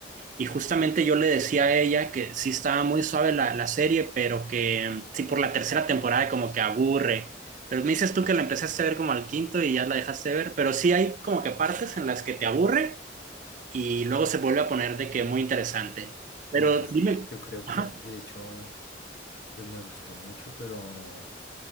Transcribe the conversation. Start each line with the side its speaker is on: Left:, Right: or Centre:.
Right: Y justamente yo le decía a ella que sí estaba muy suave la, la serie, pero que mm, sí por la tercera temporada como que aburre. Pero me dices tú que la empezaste a ver como al quinto y ya la dejaste de ver, pero sí hay como que partes en las que te aburre y luego se vuelve a poner de que muy interesante. Pero
Left: No, pues
Right: dime,
Left: yo creo que
Right: ajá.
Left: de hecho, pues me gustó mucho, pero